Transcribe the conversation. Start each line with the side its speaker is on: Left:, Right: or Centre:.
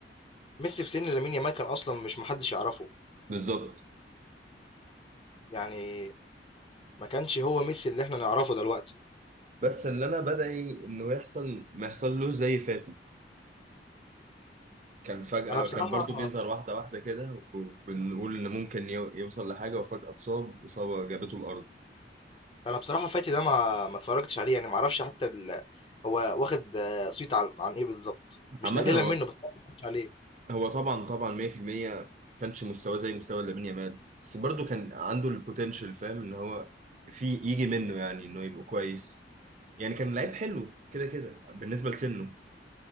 Left: ميسي في سن لامين يامال كان اصلا مش محدش يعرفه
Right: بالظبط
Left: يعني ما كانش هو ميسي اللي احنا نعرفه دلوقتي
Right: <laughs> بس اللي انا بدعي انه يحصل ما يحصلوش زي فاتي كان فجأة
Left: انا بصراحه
Right: كان برضو بيظهر واحدة واحدة كده وبنقول إن ممكن يو- يوصل لحاجة وفجأة اتصاب إصابة جابته الأرض
Left: انا بصراحه فاتي ده ما ما اتفرجتش عليه يعني ما اعرفش حتى ال... هو واخد آه، صيت عن عن ايه بالظبط مش
Right: عامة
Left: تقليلا
Right: هو
Left: منه بس أنا ما اتفرجتش عليه
Right: هو طبعا طبعا 100% ما كانش مستواه زي مستوى لامين يامال بس برضه كان عنده البوتنشال فاهم ان هو في يجي منه يعني انه يبقى كويس يعني كان لعيب حلو كده كده بالنسبه لسنه